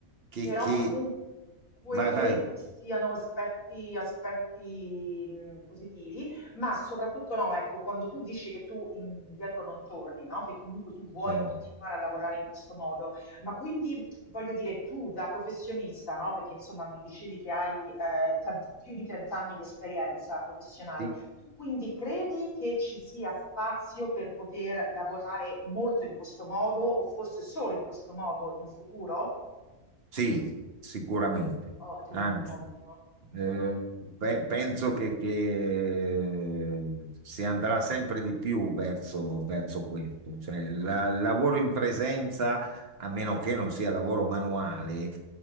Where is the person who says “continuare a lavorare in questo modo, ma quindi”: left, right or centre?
Left